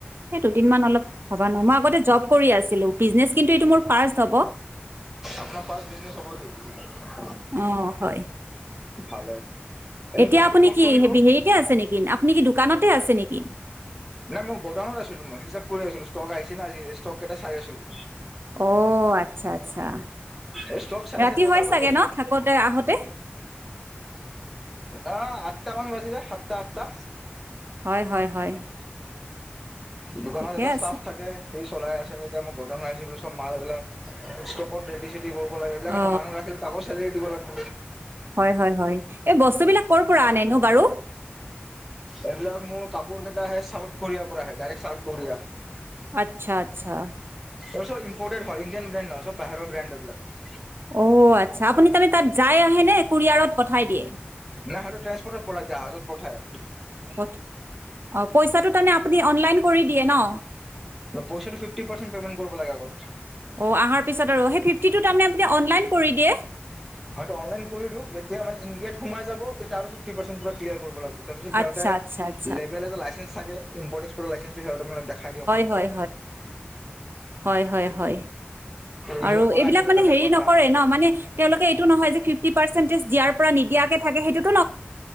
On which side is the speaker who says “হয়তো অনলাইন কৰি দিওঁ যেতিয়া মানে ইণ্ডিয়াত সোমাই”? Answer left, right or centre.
Centre